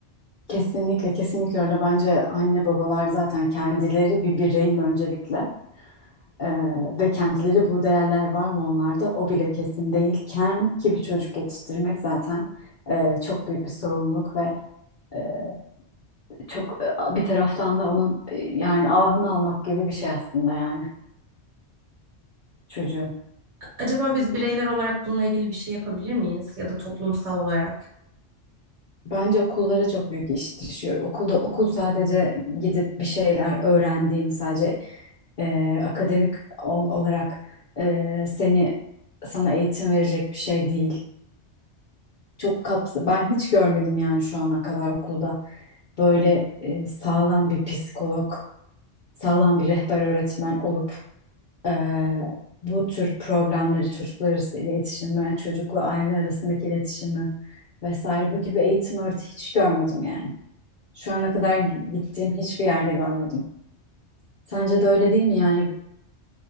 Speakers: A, on the left; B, on the right.
A: Kesinlikle, kesinlikle öyle. Bence anne babalar zaten kendileri bir bireyim öncelikle. Ee, ve kendileri bu değerler var mı onlarda o bile kesin değilken ki bir çocuk yetiştirmek zaten e, çok büyük bir sorumluluk ve e, çok e, bir taraftan da onun e, yani ahını almak gibi bir şey aslında yani çocuğu.
B: Acaba biz bireyler olarak bununla ilgili bir şey yapabilir miyiz ya da toplumsal olarak?
A: Bence okullara çok büyük iş düşüyor. Okulda okul sadece gidip bir şeyler öğrendiğin, sadece e, akademik ol- olarak e, seni sana eğitim verecek bir şey değil. Çok kapsa ben hiç görmedim yani şu ana kadar okulda böyle e, sağlam bir psikolog, sağlam bir rehber öğretmen olup e, bu tür problemleri çocuklar arası iletişimi, çocukla aile arasındaki iletişimi vesaire bu gibi eğitim öğreti hiç görmedim yani. Şu ana kadar gittiğim hiçbir yerde görmedim. Sence de öyle değil mi? Yani